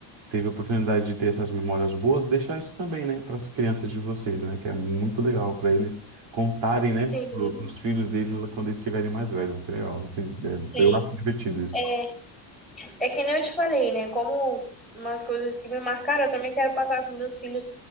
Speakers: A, on the right (about 65°); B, in the centre.
A: teve a oportunidade de ter essas memórias boas, deixar isso também, né, para as crianças de vocês, né, que é muito legal para eles contarem, né,
B: Sim,
A: para os filhos deles quando eles estiverem mais velhos, vai ser legal, vai ser- é,
B: sim.
A: eu acho divertido isso.
B: É, é que nem eu te falei, né? Como umas coisas que me marcaram, eu também quero passar com meus filhos